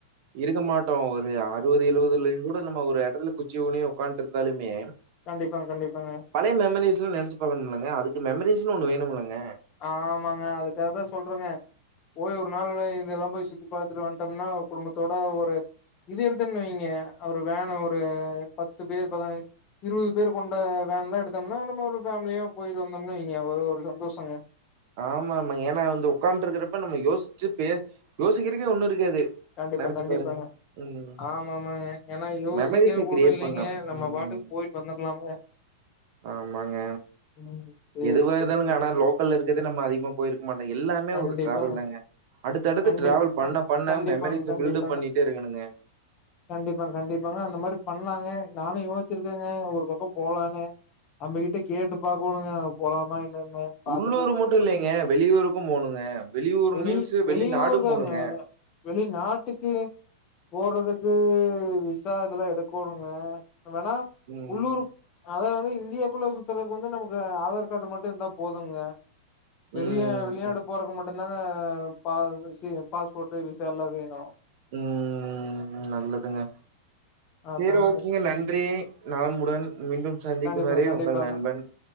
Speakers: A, on the right (about 40°); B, on the left (about 25°).
A: இருக்க மாட்டோ ஒரு அறுவது எழுவதுலயுங்கூட நம்ம ஒரு எ பல்லு குச்சி ஊனி ஒக்கான்ட்டு இருந்தாலுமே
B: கண்டிப்பாங் கண்டிப்பாங்க
A: பழையமெமரிஸ்லா நெனச்சி பாக்கணுமிலங்க அதுக்கு மெமரிஸ்னு ஒன்னு வேணும்லங்க
B: ஆமாங்க அதுக்காகதா சொல்றங்க போய் ஒரு நாள்ன இதெல்லா போய் சுத்தி பாத்துட்டு வன்டம்னா குடும்பத்தோட ஒரு இது எடுத்தம்ன்னு வய்ங்க ஒரு வேனு ஒரு பத்து பேர் பத இருவது பேர் கொண்ட வேன்லா எடுத்தம்னா நம்ம ஒரு ஃபேம்லியா போய்ட்டு வந்தம்னு வய்ங்க ஒரு ஒருசந்தோஷங்க
A: ஆமாமா ஏன்னா வந்து ஒக்காண்ட்ருக்கறப்ப நம்ம யோசிச்சு பே யோசிக்கறக்கே ஒன்னு இருக்காது
B: கண்டிப்பா
A: நெனச்சு
B: கண்டிப்பாங்க
A: பாருங்க. ம்.
B: ஆமாமாங்க ஏனா யோசிக்க
A: மெமரீஸ கிரியேட்
B: ஒண்ணு இல்லைங்க
A: பண்ணும்.
B: நம்ம
A: ம்.
B: பாட்டுக்கு போய் வந்தர்லாம்ங்க
A: ஆமாங்க
B: ம். சரி,
A: எதுவாருந்தாலுங்க
B: சரி.
A: ஆனா லோக்கல்ல இருக்கது நம்ம அதிகமா போய்ருக்க மாட்டோ எல்லாமே
B: கண்டிப்பாங்க.
A: ஒரு டிராவல் தாங்க அடுத்தடுத்து
B: கண்டிப்பா.
A: டிராவல் பண்ண பண்ண
B: கண்டிப்பாங்க,
A: மெமரிஸ்ஸ
B: கண்டிப்பாங்க.
A: பில்டப் பண்ணிட்டே இருக்கணுங்க
B: கண்டிப்பா கண்டிப்பாங்க அந்த மாரி பண்லாங்க நானு யோசிச்சிருக்கேங்க ஒரு பக்கோ போலானு நம்மகிட்ட கேட்டு பாக்கோணுங்க போலாமா என்னன்னு பாத்துட்டு
A: உள்ளூர்
B: முடிவு
A: மட்டு
B: பண்ணி
A: இல்லைங்க வெளியூருக்கு போணுங்க வெளியூரு
B: வெளி
A: மீன்ஸ்ஸு
B: வெளியூர்
A: வெளிநாடு
B: தாங்க.
A: போணுங்க
B: வெளிநாட்டுக்கு போறதுக்கு விசா இதெல்லா எடுக்கோணுங்க வேணா
A: ம்.
B: உள்ளூரு அதாவ்து இந்தியாக்குள்ள சுத்தறக்கு வந்து நமக்கு ஆதார் காடு மட்டு இருந்தா போதும்ங்க வெளிய
A: ம்.
B: வெளிநாடு போறக்கு மட்டுந்தாங்க பாஸ் சி பாஸ்போட்டு விசாயல்லா வேணு
A: ம் நல்லதுங்க
B: அதாங்க
A: சேரி ஓகேங்க நன்றி நலமுடன் மீண்டும் சந்திக்கும்
B: கண்டிப்பாங்க
A: வரை
B: கண்டிப்பாங்க
A: உங்கள் நண்பன்